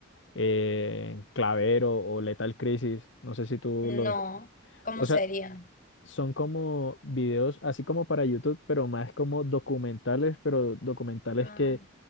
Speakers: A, on the left; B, on the left.
A: eh, Clavero o Lethal Crisis. No sé si tú
B: No.
A: los...
B: ¿Cómo
A: O
B: sería?
A: sea, son como videos así como para YouTube, pero más como documentales, pero documentales
B: Ah,
A: que